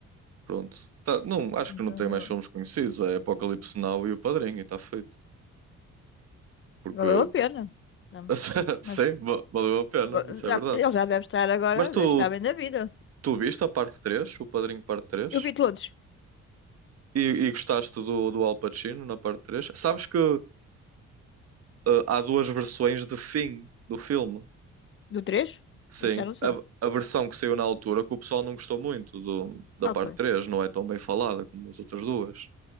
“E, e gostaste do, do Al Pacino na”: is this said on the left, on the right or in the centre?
Right